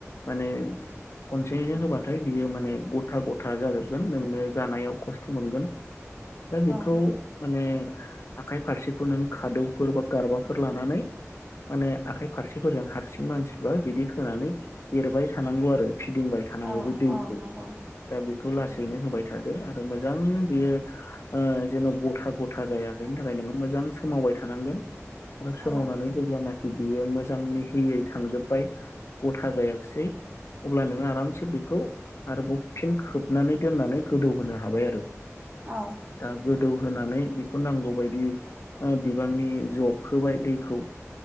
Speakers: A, on the left; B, on the right.
A: माने खनसेयैनो होबाथाय बियो माने गथा गथा जाजोबगोन नोंनो जानायाव खस्थ' मोनगोन दा बेखौ
B: औ
A: माने आखाइ फारसेखौ नों खादौफोर बा गारबाफोर लानानै माने आखाइ फारसेफोरजों हारसिं मानसिब्ला बिदि होनानै एरबाय थानांगौ आरो फिदिंबाय थानांगौ
B: औ
A: बे दैखौ
B: नंगौ नोंथां
A: दा बेखौ लासैनो होबाय थाद आरो बियो जेन' गथा गथा जाया बेनि थाखाय नोङो मोजां सोमावबाय थानांगोन आरो सोमावनानै
B: औ
A: जेब्लानोखि बियो मोजां मिहियै थांजोबबाय गथा जायाखसै अब्ला नोङो आरामसे बेखौ आरोबाव फिन खोबनानै दोननानै गोदौहोनो हाबाय आरो ओ
B: औ
A: दा गोदौ होनानै बेखौ नांगौ बायदि बिबांनि जबखोबाय दैखौ